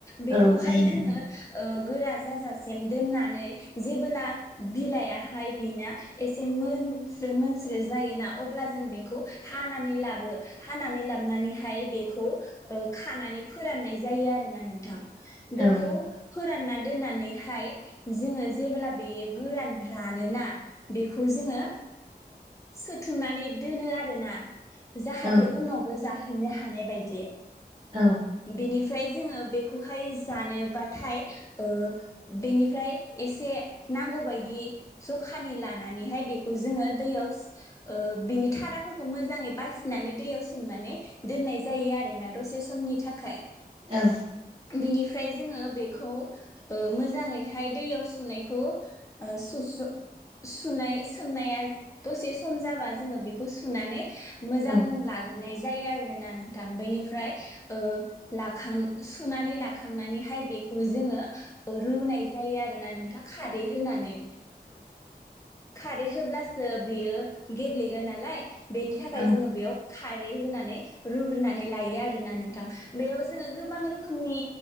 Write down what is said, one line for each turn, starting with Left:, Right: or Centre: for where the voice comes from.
Left: बेखौहाय
Right: औ जायो नों
Left: जोङो गोरा जाजासिम दोननानै जेबोला बिलाइयाहाय बेना एसे मोनस्रो मोनस्रो जायोना अब्ला जों बेखौ हानानै लाबो हानानै लाबोनानैहाय बेखौ खानानै फोराननाय जायो आरोना नोंथां बेखौ
Right: औ
Left: फोरानना दोननानैहाय जोङो जेब्ला बेयो गोरान रानोना बेखौ जोङो सोथुमनानै दोनो आरो ना जाहाथे
Right: औ
Left: उनावबो जाहैनो हानाय बायदि
Right: औ
Left: बेनिफ ओमफ्राय जोङो बेखौहाय जानोबाथाय ओ बेनिफ्राय एसे नांगौ बायदि ज'खानि लानानैहाय बेखौ जोङो दैयाव ओ बिनि थाराफोरखौ मोजाङै बासिनानै दैयाव सोमनानै दोननाय जायो आरोना दसे समनि थाखाय
Right: औ
Left: बिनिफ्राय जोङो बेखौ ओ मोजाङैहाय दैयाव सुनायखौ ओ सुस्र' सुनाय सोमनाया दसे सम जाबा जोङो बेखौ सुनानै मोजां
Right: औ
Left: लाग्रो नाय जायो आरोना नोंथां बेनिफ्राय ओ लाखां सुनानै लाखांनानैहाय बेखौ जोङो रुनाय जायो आरोना नोंथां खारै होनानै खारै होब्लासो बियो गेब्लेगोन नालाय बेनि थाखाय
Right: औ
Left: जोङो बेयाव खारै होनानै रुग्रोनानै लायो आरोना नोंथां बेयाव जोङो गोबां रोखोमनि